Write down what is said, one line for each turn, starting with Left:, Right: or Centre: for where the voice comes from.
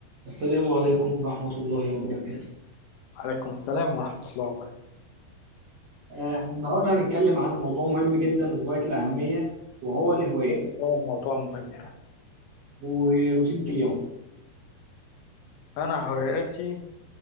Right: السلام عليكم ورحمة الله وبركاته
Left: عليكم السلام ورحمة الله وبركاته
Right: آه، النهاردة هنتكلم عن موضوع مهم جدا وغاية الأهمية وهو الهوايات
Left: برضه هو الموضوع مهم ده
Right: وروتينك اليوم
Left: أنا هواياتي